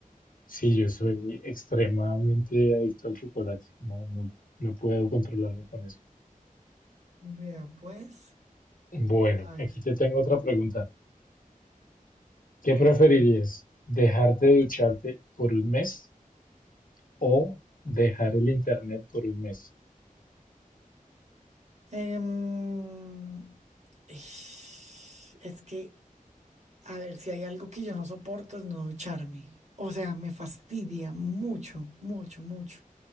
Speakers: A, on the left; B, on the right.
A: Sí, yo soy extremadamente adicto al chocolate. No, no, no puedo controlarme con eso.
B: Vea, pues,
A: Bueno,
B: a ver.
A: aquí te tengo otra pregunta. ¿Qué preferirías? ¿Dejar de ducharte por un mes o dejar el internet por un mes?
B: Em, ish, es que, a ver, si hay algo que yo no soporto es no ducharme. O sea, me fastidia mucho, mucho, mucho.